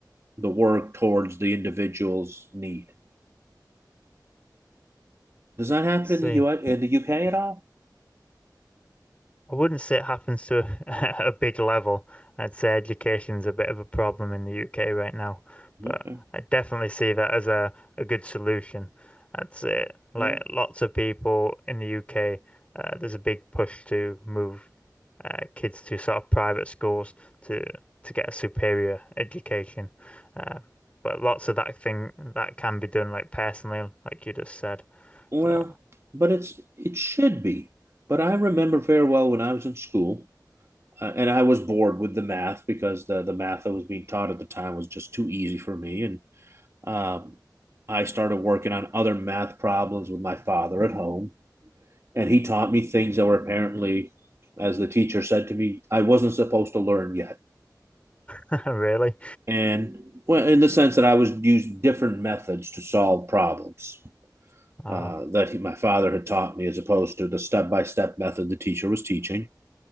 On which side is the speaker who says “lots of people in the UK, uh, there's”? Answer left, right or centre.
Left